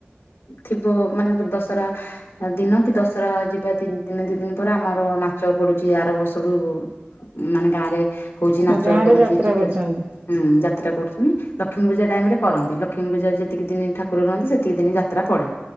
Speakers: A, on the left; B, on the right.
A: ଥିବ ମାନେ ଦଶହରା ଦିନ କି ଦଶରା ଯିବା ଦି ଦିନେ ଦିଇ ଦିନ ପରେ ଆମର ନାଚ ପଡୁଛି ଆର ବର୍ଷରୁୁ ମାନେ ଗାଁ ରେ ହଉଛି
B: ହୁଁ
A: ନାଚ
B: ଗାଁ
A: ପଡୁଛି
B: ରେ ଯାତ୍ରା
A: ଟିକେଟ
B: କରୁଛନ୍ତି।
A: ହୁଁ ଯାତ୍ରା କରୁଛୁନି ଲକ୍ଷ୍ମୀ ପୂଜା ଟାଇମ ରେ କରନ୍ତି। କ୍ଷ୍ମୀ ପୂଜା ଯେତିକି ଦିନ ଠାକୁର ରୁହନ୍ତି। ସେତିକି ଦିନ ଯାତ୍ରା ପଡେ